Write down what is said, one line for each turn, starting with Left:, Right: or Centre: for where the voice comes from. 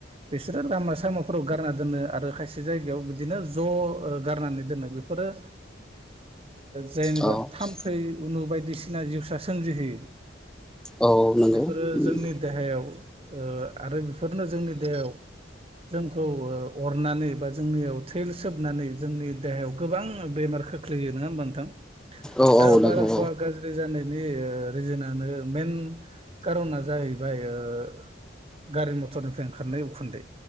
Right: बिसोरो लामा सामाफोराव गारना दोनो आरो खायसे जायगायाव बिदिनो ज' गारनानै दोनो बे फोर ओ जेनेबा
Centre: औ
Right: थाम्फै उनु बायदिसिना जिउसा सोमजिहोयो
Centre: औ नंगौ
Right: बेफोरो
Centre: उम
Right: जोंनि देहायाव ओ आरो बेफोरनो जोंनि देहायाव जोंखौ अरनानै बा जोंनियाव थैे सोबनानै जोंनि देहायाव गोबां बेमार खोख्लैयो नङा होमबा नोंथां
Centre: औ
Right: दा
Centre: नंगौ
Right: बारहावा गाज्रि जानायनि रिजोनानो मेन खारना जाहैबाय ओ गारि मथरनिफ्राय ओंखारनाय उखुन्दै